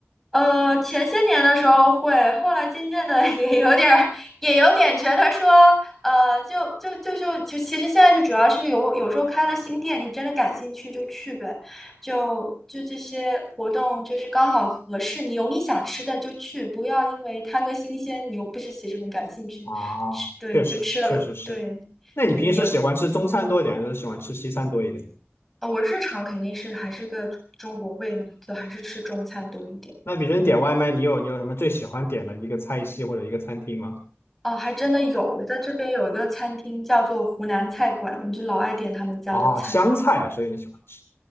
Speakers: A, in the centre; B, on the left.
A: 呃，前些年的时候会，后来渐渐的 <laughs> 也有点儿，也有点觉得说，呃，就就就就就，其实现在就主要是有有时候开了新店，你真的感兴趣就去呗，就就这些活动就是刚好合适你，有你想吃的就去，不要因为贪个新鲜，你又不是其实很感兴趣，
B: 啊？
A: 吃对就吃了，
B: 确实确实是。
A: 对对也嗯。
B: 那你平时喜欢吃中餐多一点，还是喜欢吃西餐多一点？
A: 啊，我日常肯定是还是个中国胃嘛，就还是吃中餐多一点。
B: 那比如说你点外卖，
A: 嗯，
B: 你有你有什么最喜欢点的一个菜系或者一个餐厅吗？
A: 哦，还真的有，我在这边有一个餐厅叫做湖南菜馆，我就老爱点他们家的菜。
B: 啊，湘菜啊，所以你喜欢吃。